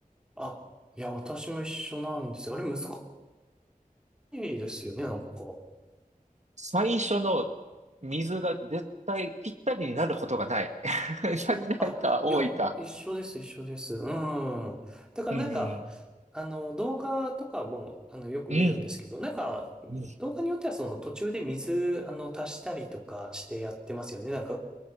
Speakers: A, in the centre; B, on the right.
A: あ、いや、私も一緒なんですよ。あれ難いいですよね、なんか。
B: 最初の水が絶対ぴったりになることがない。<laughs> 足りないか多いか。
A: あ、いや、一緒です、一緒です。うん。だからなんか、
B: うんうん。
A: あの、動画とかも、あの、よく見るんですけど、
B: うん。
A: なんか、
B: うん
A: 動画によってはその途中で水、あの、足したりとかしてやってますよね。なんか、